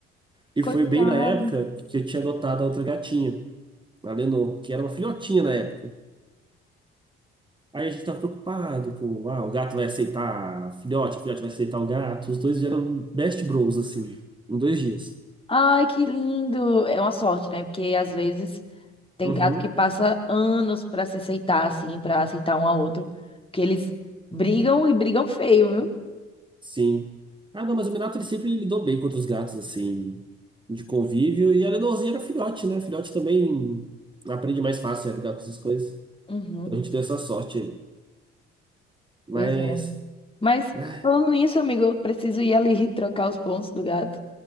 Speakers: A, on the right; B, on the left.
A: E
B: Coitado.
A: foi bem na época que eu tinha adotado a outra gatinha, a Lenor, que era uma filhotinha na época. Aí a gente tava preocupado com, ah, o gato vai aceitar a filhote, a filhote vai aceitar o gato. Os dois eram best bros, assim, em dois dias.
B: Ai, que lindo. É uma sorte, né? Porque às vezes tem
A: Uhum,
B: gato que passa anos pra se aceitar, assim, pra aceitar um ao outro. Porque eles brigam e brigam feio, viu?
A: sim. Ah, não, mas o Minato ele sempre lidou bem com outros gatos, assim, de convívio. E a Lenorzinha era filhote, né? Filhote também aprende mais fácil a lidar com essas coisas.
B: Uhum,
A: Então a gente deu essa sorte aí. Mas,
B: pois é. Mas
A: ah,
B: falando nisso, amigo, eu preciso ir ali <laughs> trocar os pontos do gato,